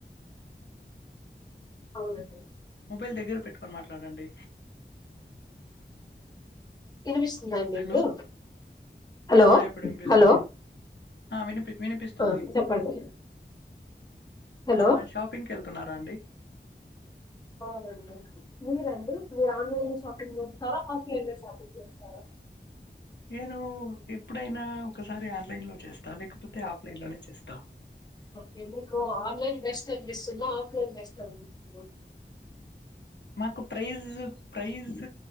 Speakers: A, on the left; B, on the left.
A: <inaudible> అవునండి
B: మొబైల్ దగ్గర పెట్టుకొని మాట్లాడండి
A: వినిపిస్తుందా అండి
B: హలో
A: ఇప్పుడు హలో
B: ఆ ఇప్పుడు వినిపిస్తుంది
A: హలో
B: ఆ వినుపి వినిపిస్తుంది
A: ఆ చెప్పండి హలో
B: ఆ షాపింగ్కి వెళ్తున్నారా అండి
A: అవునండి మీరండి మీరు ఆన్లైన్ లో షాపింగ్ చేస్తారా ఆఫ్లైన్ లో షాపింగ్ చేస్తారా
B: నేను ఎప్పుడైనా ఒకసారి ఆన్లైన్ లో చేస్తా లేకపోతే ఆఫ్లైన్ లోనే చేస్తా
A: ఓకే మీకు ఆన్లైన్ బెస్ట్ అనిపిస్తున్నా ఆఫ్లైన్ బెస్ట్ అనిపిస్తుందా
B: మాకు ప్రైజ్ ప్రైజ్